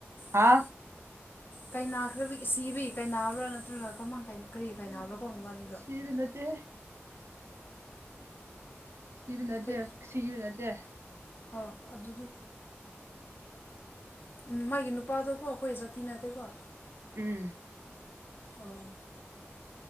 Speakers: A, on the right (about 65°); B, on the left (about 50°).
A: ꯍꯥ
B: ꯑꯣ ꯀꯥꯏ ꯅꯥꯈ꯭ꯔꯕꯤ ꯁꯤꯕꯤ ꯀꯩ ꯅꯥꯕ꯭ꯔꯥ ꯅꯠꯇ꯭ꯔꯒ ꯀꯃꯥꯡ ꯀꯔꯤ ꯀꯥꯏ ꯅꯥꯕ꯭ꯔꯥ ꯀꯣ ꯃꯕꯥꯅꯤꯗꯣ
A: ꯁꯤꯕ ꯅꯠ ꯇꯦꯍꯦ ꯁꯤꯕ ꯅꯠꯇꯦ
B: ꯀꯩ
A: ꯁꯤꯕ ꯅꯠꯇꯦ
B: ꯑꯣ ꯑꯗꯨꯗꯤ ꯎꯝ ꯃꯥꯒꯤ ꯅꯨꯄꯥꯗꯣꯀꯣ ꯑꯩꯈꯣꯏ ꯖꯥꯇꯤ ꯅꯠꯇꯦꯀꯣ
A: ꯎꯝ
B: ꯑꯣ